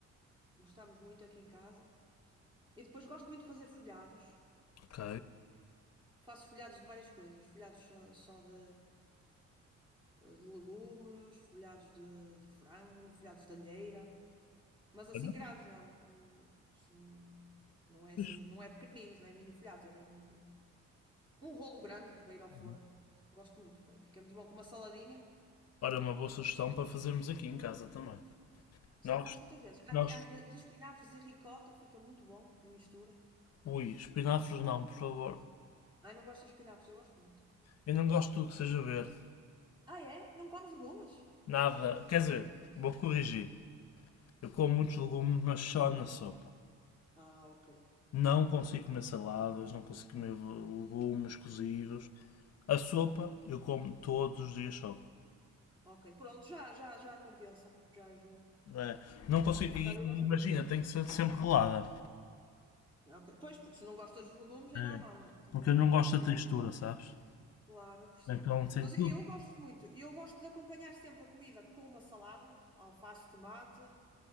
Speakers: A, on the right; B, on the left.
A: Gostamos muito aqui em casa. E depois gosto muito de fazer folhados.
B: Ok.
A: Faço folhados de várias coisas, folhados só só de, eh, de legumes, folhados de, de frango, folhados de alheira, mas assim
B: Olha,
A: grandes, não é? Um- um- assim, um- não é assim,
B: fixe.
A: não é pequeninos, não é mini folhados, é mesmo Um rolo grande para ir ao forno.
B: Uhum.
A: Gosto muito, foi- fica muito bom. Com uma saladinha.
B: Ora, uma boa sugestão para fazermos aqui em casa também.
A: Sim,
B: Nós,
A: faço muitas vezes. Até,
B: nós,
A: às vezes, de espinafres e ricota fica muito bom a mistura.
B: ui, espinafres não, por favor.
A: Ai, não gosto de espinafres, eu gosto muito.
B: Eu não gosto de tudo que seja verde.
A: Ah, é? Não comes legumes?
B: Nada, quer dizer, vou corrigir. Eu como muitos legumes, mas só na sopa.
A: Ah, ok.
B: Não consigo comer saladas, não consigo comer legumes cozidos. A sopa, eu como todos os dias sopa.
A: Ok, pronto, já, já, já compensa, já ajuda.
B: É, não consigo. E,
A: Não, eu
B: e
A: gosto
B: imagina,
A: muito.
B: tem que ser sempre rolada.
A: Ah, Ok, pois, porque se não gostas dos legumes é
B: É,
A: normal, não é? Tem,
B: porque eu não gosto
A: tem
B: da textura,
A: que.
B: sabes?
A: Claro, eu percebo.
B: Então sei
A: Mas
B: tudo.
A: eu gosto muito. Eu gosto de acompanhar sempre a comida com uma salada, alface, tomate.